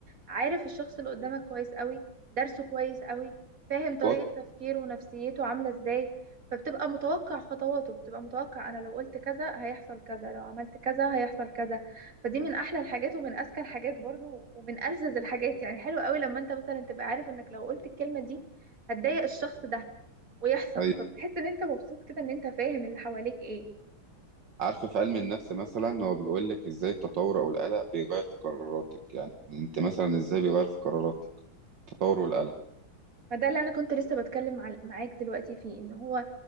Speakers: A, on the right; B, on the right.
A: عارف الشخص اللي قدامك كويس قوي درسه كويس قوي فاهم طريقه
B: وط-
A: تفكيره ونفسيته عامله ازاي فبتبقى متوقع خطواته بتبقى متوقع انا لو قلت كذا هيحصل كذا لو عملت كذا هيحصل كذا فدي من احلى الحاجات ومن اذكى الحاجات برضو ومن ألذذ الحاجات يعني حلو قوي لما انت مثلا تبقى عارف انك لو قلت الكلمة دي هتضايق الشخص ده ويحصل
B: أي-
A: فبتحس ان انت مبسوط كده ان انت فاهم اللي حواليك ايه
B: عارفة في علم النفس مثلا هو بيقول لك ازاي التطور او القلق بيغير في قراراتك يعني انت مثلا ازاي بيغير في قراراتك التطور والقلق
A: ما ده اللي انا كنت لسه بتكلم عل- معاك دلوقتي فيه ان هو